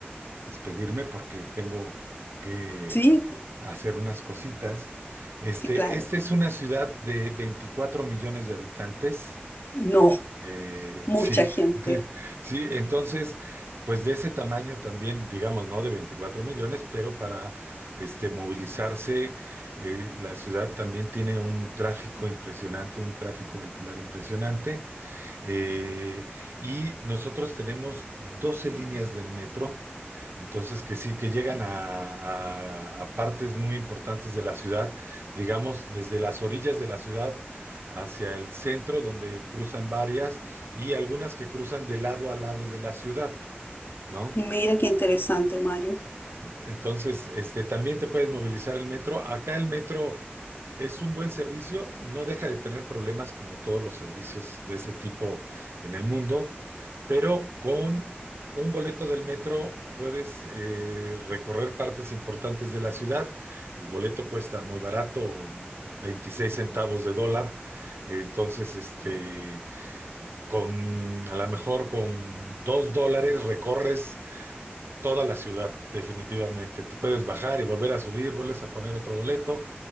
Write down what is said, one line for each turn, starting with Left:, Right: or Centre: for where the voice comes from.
Right: despedirme, porque tengo que
Left: Sí,
Right: hacer unas cositas. Este,
Left: sí, claro.
Right: esta es una ciudad de 24 millones de habitantes.
Left: No,
Right: Eh,
Left: mucha
Right: sí,
Left: gente.
Right: <laughs> sí, entonces, pues de ese tamaño también, digamos, no de 24 millones, pero para este, movilizarse, eh, la ciudad también tiene un tráfico impresionante, un tráfico vehicular impresionante. Eh, y nosotros tenemos 12 líneas del metro, entonces que sí, que llegan a, a- a partes muy importantes de la ciudad, digamos, desde las orillas de la ciudad hacia el centro, donde cruzan varias y algunas que cruzan de lado a lado de la ciudad, ¿no?
Left: Mira qué interesante, Mario.
Right: Entonces, este, también te puedes movilizar el metro. Acá el metro es un buen servicio, no deja de tener problemas como todos los servicios de ese tipo en el mundo, pero con un boleto del metro puedes eh, recorrer partes importantes de la ciudad. El boleto cuesta muy barato, 26 centavos de dólar. Entonces, este, con a lo mejor con dos dólares recorres toda la ciudad, definitivamente. Tú puedes bajar y volver a subir, vuelves a poner otro boleto